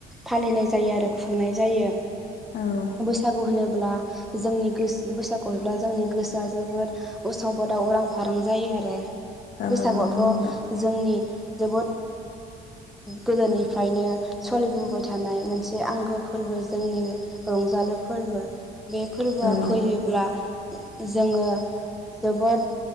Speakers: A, in the centre; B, on the left (about 50°).
A: फालिनाय जायो आरो खुंनाय जायो
B: औ
A: बैसागु होनोब्ला जोंनि गोसो बैसागु हब्ला जोंनि गोसोआ जोबोद उसाव बादाव उरां फारां जायो आरो
B: औ
A: बैसागआवथ'
B: नंगौ नोंथां
A: जोंनि जोबोद गोदोनिफ्रायनो सोलिबोबाय थानाय मोनसे आंगो फोरबो जोंनि रंजालु फोरबो बे फोरबोआ
B: औ औ
A: फैयोब्ला जोङो जोबोद